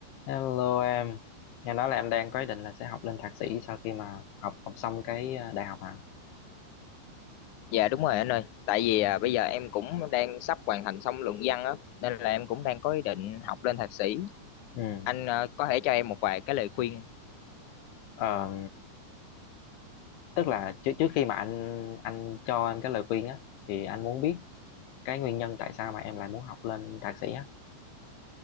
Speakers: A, on the left (about 90°); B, on the left (about 70°).
A: Hello em, nghe nói là em đang có ý định là sẽ học lên thạc sĩ sau khi mà học học xong cái ờ, đại học hả?
B: Dạ đúng rồi anh ơi, tại vì à, bây giờ em cũng đang sắp hoàn thành xong luận văn á, nên là em cũng đang có ý định học lên thạc sĩ.
A: Ừ.
B: Anh à, có thể cho em một vài cái lời khuyên.
A: Ờ, tức là trước trước khi mà anh anh cho em cái lời khuyên á, thì anh muốn biết cái nguyên nhân tại sao mà em lại muốn học lên thạc sĩ á.